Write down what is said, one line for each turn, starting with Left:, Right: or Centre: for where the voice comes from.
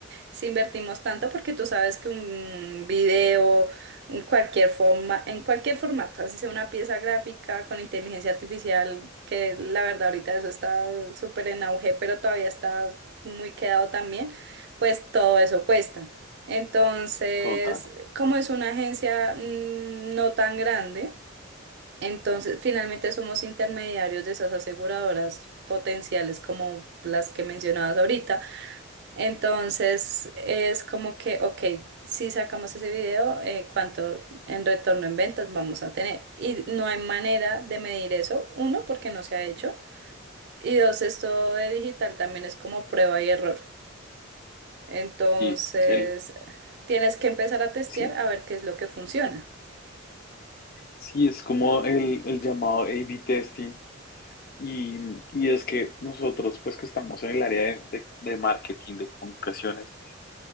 Right: si invertimos tanto, porque tú sabes que un video, en cualquier forma, en cualquier formato, así sea una pieza gráfica con inteligencia artificial, que la verdad ahorita eso está súper en auge, pero todavía está muy quedado también, pues todo eso cuesta. Entonces,
Left: total.
Right: como es una agencia mm, no tan grande, entonces, finalmente somos intermediarios de esas aseguradoras potenciales como las que mencionabas ahorita. Entonces, es como que, ok, si sacamos ese video, eh, ¿cuánto en retorno en ventas vamos a tener? Y no hay manera de medir eso, uno, porque no se ha hecho, y dos, esto de digital también es como prueba y error. Entonces,
Left: Sí, el,
Right: tienes que empezar a testear
Left: sí,
Right: a ver qué es lo que funciona.
Left: sí, es como el, el llamado A/B testing. Y, y es que nosotros, pues que estamos en el área de, de- de marketing, de comunicaciones,